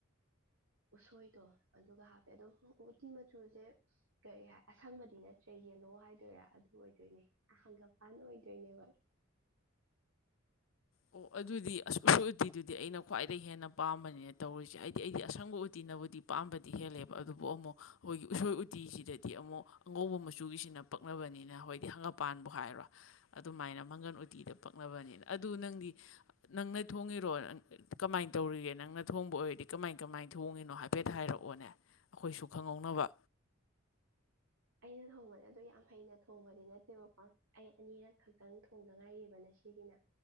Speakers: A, on the right (about 85°); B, on the left (about 70°).
A: ꯎꯁꯣꯏꯗꯣ ꯑꯗꯨꯒ ꯍꯥꯞꯄꯦ ꯑꯗꯨꯝ ꯎꯇꯤ ꯃꯆꯨꯁꯦ ꯀꯩ ꯍꯥꯏ ꯑꯁꯪꯕꯗꯤ ꯅꯠꯇ꯭ꯔꯦ ꯌꯦꯡꯂꯣ ꯍꯥꯏꯗꯣꯏꯔꯥ ꯑꯗꯨ ꯑꯣꯏꯗꯣꯏꯅꯦ ꯑꯍꯪꯒ ꯐꯥꯟ ꯑꯣꯏꯗꯣꯏꯅꯦꯕ
B: ꯑꯣ ꯑꯗꯨꯗꯤ ꯑꯁ ꯎꯁꯣꯏ ꯎꯇꯤꯗꯨꯗꯤ ꯑꯩꯅ ꯈ꯭ꯋꯥꯏꯗꯒꯤꯩ ꯍꯦꯟꯅ ꯄꯥꯝꯕꯅꯤꯅ ꯇꯧꯔꯤꯁꯦ ꯍꯥꯏꯗꯤ ꯑꯩꯗꯤ ꯑꯁꯪꯕ ꯎꯇꯤꯅꯕꯨꯗꯤ ꯄꯥꯝꯕꯗꯤ ꯍꯦꯜꯂꯦꯕ ꯑꯗꯨꯕꯨ ꯑꯃꯨꯛ ꯑꯩꯈꯣꯏꯒꯤ ꯎꯁꯣꯏ ꯎꯇꯤꯁꯤꯗꯗꯤ ꯑꯃꯨꯛ ꯑꯉꯧꯕ ꯃꯆꯨꯒꯤꯁꯤꯅ ꯄꯛꯅꯕꯅꯤꯅ ꯍꯥꯏꯣꯏꯗꯤ ꯍꯪꯒꯄꯥꯟꯕꯨ ꯍꯥꯏꯔꯣ ꯑꯗꯨꯃꯥꯏꯅ ꯃꯪꯒꯟ ꯎꯇꯤꯗ ꯄꯛꯅꯕꯅꯤꯅ ꯑꯗꯨ ꯅꯪ ꯅꯪꯅ ꯊꯣꯡꯉꯤꯔꯣ ꯀꯃꯥꯏꯅ ꯇꯧꯔꯤꯒꯦ ꯅꯪꯅ ꯊꯣꯡꯕ ꯑꯣꯏꯔꯗꯤ ꯀꯃꯥꯏ ꯀꯃꯥꯏꯅ ꯊꯣꯡꯉꯤꯅꯣ ꯍꯥꯏꯐꯦꯠ ꯍꯥꯏꯔꯛꯑꯣꯅꯦ ꯑꯩꯈꯣꯏꯁꯨ ꯈꯪꯍꯧꯅꯕ
A: ꯑꯩꯅ ꯊꯣꯡꯕꯅꯦ ꯑꯣ ꯌꯥꯝ ꯍꯩꯅ ꯊꯣꯡꯕꯗꯤ ꯅꯠꯇꯦꯕꯀꯣ ꯑꯩ ꯑꯅꯤꯔꯛ ꯈꯛꯇꯪ ꯊꯣꯡꯅꯉꯥꯏꯔꯤꯕꯅ ꯁꯤꯒꯤꯅ